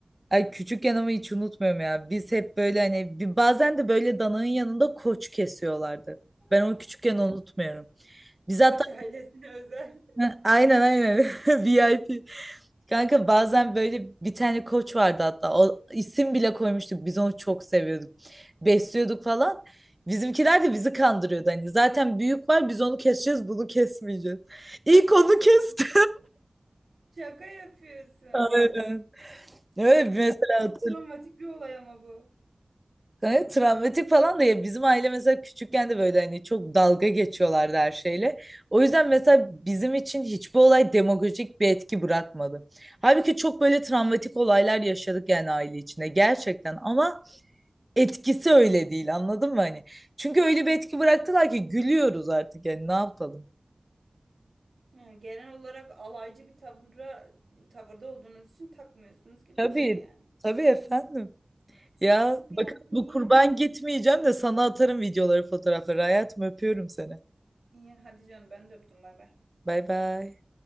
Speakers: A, on the right; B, on the right.
A: Ay küçükken ama hiç unutmuyorum ya. Biz hep böyle hani bir- bazen de böyle dananın yanında koç kesiyorlardı. Ben onu küçükken unutmuyorum. Biz hatta
B: Koç ailesine <laughs> özel.
A: <laughs> aynen aynen <laughs> VIP. Kanka bazen böyle bir tane koç vardı hatta. O isim bile koymuştuk. Biz onu çok seviyorduk. Besliyorduk falan. Bizimkiler de bizi kandırıyordu hani. Zaten büyük var biz onu keseceğiz bunu kesmeyeceğiz. İlk onu kesti.
B: Hmm. Şaka yapıyorsun.
A: <laughs> Aynen. Evet
B: Oğlum,
A: mesela
B: Çok travmatik bir olay ama bu.
A: Gayet travmatik falan da ya bizim aile mesela küçükken de böyle hani çok dalga geçiyorlardı her şeyle. O yüzden mesela bizim için hiçbir olay demagojik bir etki bırakmadı. Halbuki çok böyle travmatik olaylar yaşadık yani aile içinde gerçekten ama etkisi öyle değil anladın mı hani? Çünkü öyle bir etki bıraktılar ki gülüyoruz artık yani ne yapalım?
B: Ha, genel olarak alaycı bir tavıra, tavırda olduğunuz için takmıyorsunuz gibi
A: Tabii,
B: bir şey yani.
A: tabii efendim. Ya
B: Bu
A: bakın
B: bir yandan
A: bu
B: iyi
A: kurban
B: ya.
A: gitmeyeceğim de sana atarım videoları, fotoğrafları. Hayatım öpüyorum seni.
B: İyi hadi canım ben de öptüm bay bay.
A: Bay bay.